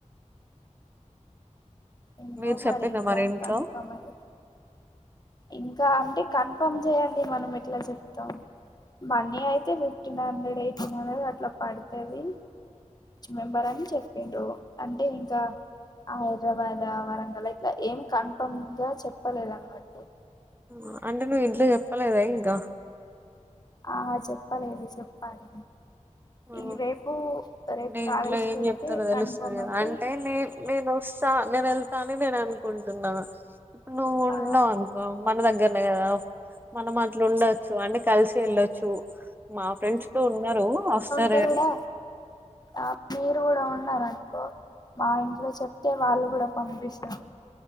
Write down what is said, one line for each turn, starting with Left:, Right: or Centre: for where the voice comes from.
Left: ఏమో
Right: మీరు చెప్పిర్రా
Left: మరింక
Right: మరి ఇంట్లో
Left: కన్ఫర్మ్ అది ఇంకా అంటే కన్ఫర్మ్ చేయండి మనం ఎట్లా చెప్తాం మనీ అయితే ఫిఫ్టీన్ హండ్రెడ్ ఎయిటీన్ హండ్రెడ్ అట్లా పడుతది మెంబర్ అని చెప్పిండు అంటే ఇంకా ఆయర కాధా వరంగల్ ఇట్లా ఏం కన్ఫమ్ గా చెప్పలేదు అన్నమాట్టు
Right: ఉమ్ అంటే నువ్వు ఇంట్లో చెప్పలేదా ఇంకా
Left: ఆ చెప్పలేదు చెప్పాలి
Right: ఆ
Left: ఈ రేపు రేపు
Right: అంటే
Left: కాలేజ్
Right: ఇంట్లో ఏం
Left: కి వెళ్తే
Right: చెప్తారో తెలుస్తుంది
Left: కన్ఫర్మ్
Right: కదా
Left: అయితే
Right: అంటే నే నేను వ థా నేను వెళ్తాను నేను అ కుంటున్నా ఇప్పుడు నువ్వు ఉన్నావు
Left: ఆ
Right: అనుకో మన దగ్గరనే కదా మనం అట్లా ఉండొచ్చు అంటే కలిసి వెళ్ళొచ్చు మా ఫ్రెండ్స్ కుడా ఉన్నారు
Left: అంటే
Right: కాని
Left: కూడా ఆ మీరు ఉంటె కూడా ఉన్నారునుకో మా ఇంట్లో చెప్తే వాళ్ళు కూడా పంపిస్తారు